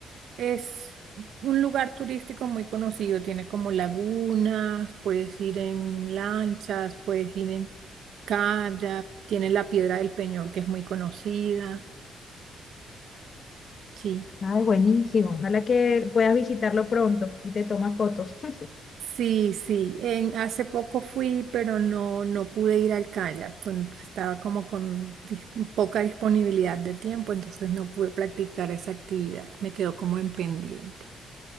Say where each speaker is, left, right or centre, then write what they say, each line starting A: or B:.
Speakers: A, on the right; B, on the left.
A: Es un lugar turístico muy conocido, tiene como lagunas, puedes ir en lanchas, puedes ir en kayak, tiene la Piedra del Peñol que es muy conocida. Sí.
B: Ay, buenísimo. Ojalá que puedas visitarlo pronto y te tomas fotos. <laughs>
A: Sí, sí, en, hace poco fui, pero no, no pude ir al kayak, pues, estaba como con dis- poca disponibilidad de tiempo, entonces no pude practicar esa actividad, me quedó como en pendiente.